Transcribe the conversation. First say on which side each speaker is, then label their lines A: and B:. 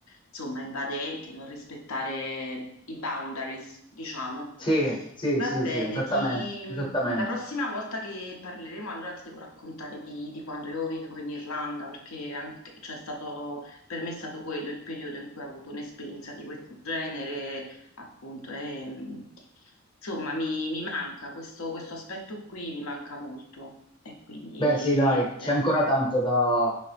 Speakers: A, on the left; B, on the left.
A: insomma invadente, non rispettare i boundaries, diciamo.
B: Sì, sì,
A: Va
B: sì,
A: bene,
B: sì, esattamente,
A: ti...
B: esattamente.
A: la prossima volta che parleremo allora ti devo raccontare di, di quando io vivevo in Irlanda, perché anche, cioè, è stato, per me è stato quello il periodo in cui ho avuto un'esperienza di questo genere, appunto, e, mh, insomma mi, mi manca questo questo aspetto qui, mi manca molto. E quindi
B: Beh, sì, dai,
A: niente.
B: c'è ancora tanto da,